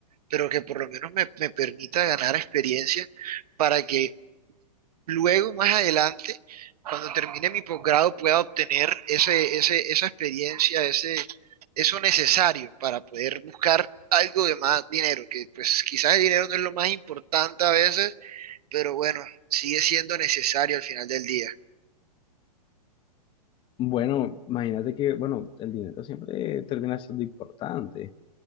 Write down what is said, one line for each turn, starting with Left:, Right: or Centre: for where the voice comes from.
Right: pero que por lo menos me, me permita ganar experiencia para que luego, más adelante, cuando termine mi posgrado, pueda obtener ese, ese, esa experiencia, ese, eso necesario para poder buscar algo de más dinero, que pues quizás el dinero no es lo más importante a veces, pero bueno, sigue siendo necesario al final del día.
Left: Bueno, imagínate que, bueno, el dinero siempre termina siendo importante,